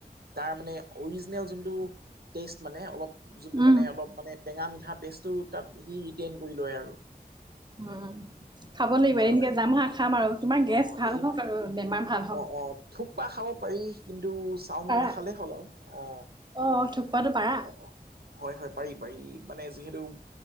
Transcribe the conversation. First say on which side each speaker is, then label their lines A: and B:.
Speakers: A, on the right; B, on the right.
A: তাৰ মানে অৰিজিনেল যোনটো টেষ্ট মানে অলপ যোনটো
B: উম,
A: মানে অলপ মানে টেঙা মিঠা বস্তুটো টেষ্ট টো সি ৰেটান কৰি লয় আৰু
B: উম খাব লাগিব
A: হয়
B: এদিনকে
A: হয়
B: যাম হা খাম আৰু তোমাৰ
A: অ
B: গেছ ভাল
A: এদিন
B: হওক আৰু বেমাৰ ভাল হওঁক।
A: অ অ থোপ্পা খাব পাৰি কিন্তু চাওমিন
B: পাৰা
A: নাখালেই হ'ল আৰু অ
B: অ থুকপাতো পাৰা
A: অ অ হয় হয় পাৰি পাৰি মানে যিহেতু